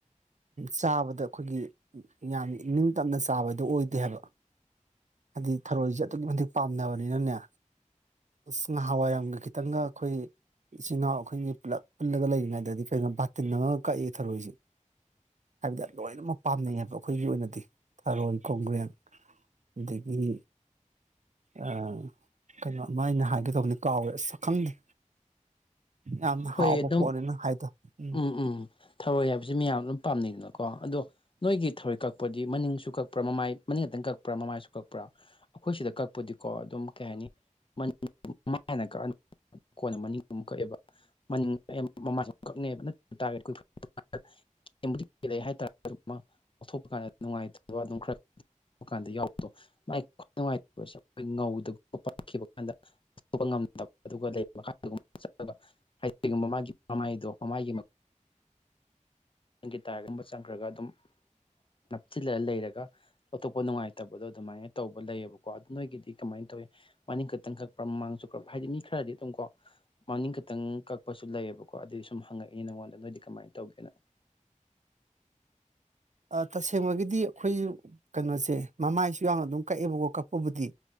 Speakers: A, on the right (about 65°); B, on the left (about 40°).
A: ꯆꯥꯕꯗ ꯑꯩꯈꯣꯏꯒꯤ ꯌꯥꯝ ꯅꯤꯡꯇꯝꯅ ꯆꯥꯕꯗꯨ ꯑꯣꯏꯗꯦ ꯍꯥꯏꯕ ꯍꯥꯏꯗꯤ ꯊꯔꯣꯏꯁꯦ ꯑꯗꯨꯛꯀꯤ ꯃꯇꯤꯛ ꯄꯥꯝꯅꯕꯅꯤꯅꯅꯦ ꯑꯁ ꯉꯥꯍꯋꯥꯏꯔꯝꯒ ꯈꯤꯇꯪꯒ ꯑꯩꯈꯣꯏ ꯏꯆꯤꯜ ꯏꯅꯥꯎ ꯑꯩꯈꯣꯏꯒꯤ ꯄꯨꯂꯞ ꯄꯨꯜꯂꯒ ꯂꯩꯔꯤꯉꯩꯗ ꯀꯩꯅꯣ ꯕꯥꯇꯤꯟ ꯑꯃꯉꯒ ꯀꯛꯏ ꯊꯔꯣꯏꯁꯤ ꯍꯥꯏꯕꯗꯦ ꯂꯣꯏꯅꯃꯛ ꯄꯥꯝꯅꯩ ꯍꯥꯏꯕ ꯑꯩꯈꯣꯏꯒꯤ ꯑꯣꯏꯅꯗꯤ ꯊꯔꯣꯏ ꯀꯣꯡꯒ꯭ꯔꯦꯡ ꯑꯗꯒꯤ ꯑꯥ ꯀꯩꯅꯣꯃ ꯑꯩꯅ ꯍꯥꯏꯒꯦ ꯇꯧꯕꯅꯤ ꯀꯥꯎꯒ꯭ꯔꯦ ꯑꯁ ꯈꯪꯗꯦ ꯌꯥꯝ
B: ꯍꯣꯏ
A: ꯍꯥꯎꯕ
B: ꯑꯗꯨꯝ
A: ꯄꯣꯠꯅꯤ ꯅꯍꯥꯏꯗꯨ ꯎꯝ
B: ꯎꯝ ꯊꯧꯔꯣꯏ ꯍꯥꯏꯕꯁꯤ ꯃꯌꯥꯝ ꯑꯗꯨꯝ ꯄꯥꯝꯅꯩꯗꯅꯀꯣ ꯑꯗꯣ ꯅꯣꯏꯒꯤ ꯊꯧꯔꯣꯏ ꯀꯛꯄꯗꯤ ꯃꯅꯤꯡꯁꯨ ꯀꯛꯄ꯭ꯔꯥ ꯃꯃꯥꯏ ꯃꯅꯤꯡ ꯈꯛꯇꯪ ꯀꯛꯄ꯭ꯔꯥ ꯃꯃꯥꯏꯁꯨ ꯀꯛꯄ꯭ꯔꯥ ꯑꯩꯈꯣꯏ ꯁꯤꯗ ꯀꯛꯄꯗꯤꯀꯣ ꯑꯗꯨꯝ ꯀꯩ ꯍꯥꯏꯅꯤ <unintelligible> ꯀꯣꯟꯅ ꯃꯅꯤꯡꯃꯨꯛ ꯀꯛꯑꯦꯕ ꯃꯅꯤꯡ <unintelligible> ꯀꯛꯅꯦꯕ <unintelligible> <unintelligible> ꯍꯥꯏꯇꯥꯔ ꯑꯃ ꯂꯧꯊꯣꯛꯄ ꯀꯥꯟꯗ ꯅꯨꯡꯉꯥꯏꯇꯕ ꯑꯗꯨꯝ ꯈꯔ ꯄ ꯀꯥꯟꯗ ꯌꯥꯎꯕꯗꯣ ꯃꯥꯏ ꯈꯨꯅꯨꯡꯉꯥꯏꯇ ꯈꯣꯏ ꯉꯧꯗꯒ ꯄꯥꯛꯈꯤꯕꯥ <unintelligible> ꯍꯥꯏꯗꯤꯒꯨꯝꯕ ꯃꯥꯒꯤ ꯃꯃꯥꯏꯗꯣ ꯃꯥꯃꯥꯏꯒꯤ ꯅꯪꯒꯤ ꯇꯥꯏꯔꯒꯨꯝꯕ ꯆꯪꯈ꯭ꯔꯒ ꯑꯗꯨꯝ ꯅꯞꯁꯤꯜꯂ ꯂꯩꯔꯒ ꯑꯣꯇꯣꯞꯄ ꯅꯨꯡꯉꯥꯏꯇꯕꯗꯣ ꯑꯗꯨꯃꯥꯏꯅ ꯇꯧꯕ ꯂꯩꯌꯦꯕꯀꯣ ꯑꯗꯨ ꯅꯣꯏꯒꯤꯗꯤ ꯀꯃꯥꯏꯅ ꯇꯧꯋ ꯃꯥꯅꯤꯡ ꯈꯛꯇꯪ ꯈꯛꯄ꯭ꯔꯥ ꯃꯃꯥꯡꯁꯨ ꯀꯄ ꯍꯥꯏꯗꯤ ꯃꯤ ꯈꯔꯗꯤ ꯑꯗꯨꯝ ꯀꯣ ꯃꯅꯤꯡ ꯈꯇꯪ ꯀꯛꯄꯁꯨ ꯂꯩꯌꯦꯕꯀꯣ ꯑꯗꯨꯏ ꯁꯨꯝ ꯍꯪꯉꯛꯏ ꯅꯉꯣꯟꯗ ꯅꯣꯏꯗꯤ ꯀꯃꯥꯏꯅ ꯇꯧꯒꯦꯅ
A: ꯑꯥ ꯇꯁꯦꯡꯕꯒꯤꯗꯤ ꯑꯩꯈꯣꯏ ꯀꯩꯅꯣꯁꯦ ꯃꯃꯥꯏꯁꯨ ꯌꯥꯎꯅ ꯑꯗꯨꯝ ꯀꯛꯑꯦꯕꯀꯣ ꯀꯛꯄꯕꯨꯗꯤ